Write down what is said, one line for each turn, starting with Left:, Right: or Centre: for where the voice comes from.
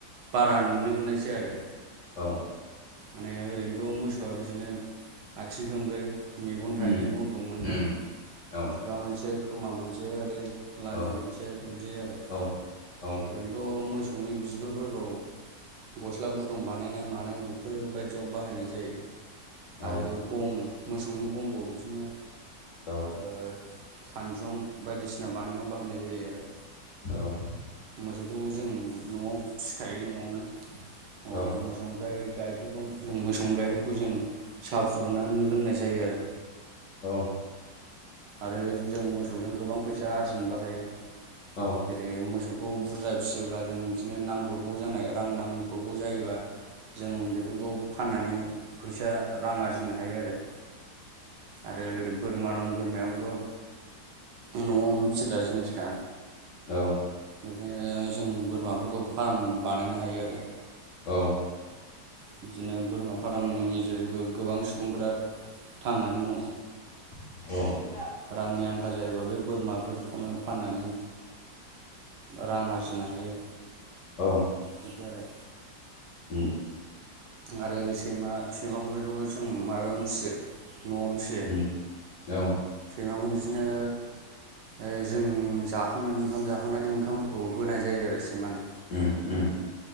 Right: बारा नुनो मोननायसै आरो।
Left: औ।
Right: माने ओरैनोथ' मोसौआ बिदिनो आथिं थोंबै् मेगन थाइनै
Left: उम
Right: गन्थं मोननै
Left: उम औ
Right: खुगा मोनसे खोमा मोनसे आरो लान्जाय
Left: औ
Right: मोनसे बिदि आरो
Left: औ औ
Right: ओरैनो थ' मोसौनि बिगुरफोरखौ गस्ला गुदुं बानायनाय मानाय बे फोरबायदियाव बाहायनाय जायो।
Left: औ
Right: आरो गं मोसौनि गंखौ बिदिनो
Left: औ।
Right: ओ खानजं बायदिसिना बानायनायाव बाहायनाय जायो आरो।
Left: औ।
Right: मोसौखौ जों न'आव फिसिखायो न'आवनो अ
Left: औ
Right: मोसौ ओमफ्राय गाइखेरखौ जों मोसौनि गाइखेरखौ जों साहा फुदुंनानै लोंनाय जायो आरो।
Left: औ।
Right: आरो जों मोसौजों गोबां फैसा आरजिनोबो हायो।
Left: औ।
Right: जेरै मोसौखौ बुरजा फिसियोब्ला जों बिदिनो नांब्रबगौ जानाय रां नांब्रबगौ जायोबा जों बेफोरखौ फाननानै फैसा रां आरजिनो हायो आरो। आरो बोरमा दं बोरमायाबोथ' न'वावनो फिग्रा जिनिसखा।
Left: औ
Right: बिदिनो जों बोरमाफोरखौ फार्म बानायनो हायो आरो।
Left: औ।
Right: बिदिनो बोरमा फार्मनि जेरैबो गोबां सुबुंफोरा थांनानै दङ।
Left: औ
Right: रांनि आंखाल जायोबा बे बोरमाफोरखौनो फाननानै रां आरजिनो हायो।
Left: औ
Right: बिदि आरो
Left: उम
Right: आरो सैमा सैमाखौबोथ' जों माबायावनो फियो न'आवनो। फिसियो
Left: उम औ।
Right: सैमाखौ बिदिनो ओ जों जाखांनानै ओंखाम जाखांनानै ओंखामफोरखौ होनाय जायो आरो सैमानो।
Left: उम-उम।